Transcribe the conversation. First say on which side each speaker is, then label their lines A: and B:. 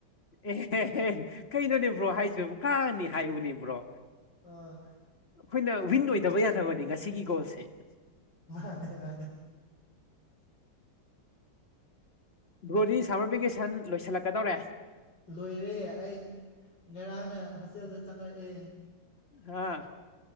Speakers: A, on the left; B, on the left.
A: ꯑꯦꯍꯦꯍꯦ ꯀꯩꯅꯣꯅꯦ ꯕ꯭ꯔꯣ ꯍꯥꯏꯁꯤꯕ ꯀꯥꯔꯅꯤ ꯍꯥꯏꯌꯨꯅꯦ ꯕ꯭ꯔꯣ
B: ꯑꯥ
A: ꯑꯩꯈꯣꯏꯅ ꯋꯤꯟ ꯑꯣꯏꯗꯕ ꯌꯥꯗꯕꯅꯦ ꯉꯁꯤꯒꯤ ꯒꯣꯜꯁꯦ
B: ꯃꯥꯅꯦ ꯃꯥꯅꯦ
A: ꯕ꯭ꯔꯣꯗꯤ ꯁꯥꯃ꯭ꯔ ꯚꯦꯀꯦꯁꯟ ꯂꯣꯏꯁꯤꯜꯂꯛꯀꯗꯧꯔꯦ
B: ꯂꯣꯏꯔꯦ ꯑꯩ ꯉꯔꯥꯡꯅ ꯍꯣꯁꯇꯦꯜꯗ ꯆꯪꯂꯛꯑꯦ
A: ꯍꯥ